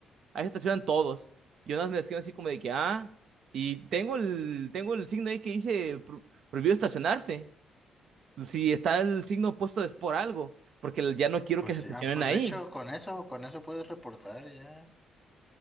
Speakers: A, on the right; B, in the centre.
A: Ahí se estacionan todos. Y unas me escriben así como de que, ah, y tengo el, tengo el signo ahí que dice pro- prohibido estacionarse. Si está el signo puesto es por algo, porque ya no quiero
B: Pues
A: que se estacionen
B: ya, pues
A: ahí.
B: de hecho, con eso, con eso puedes reportar ya.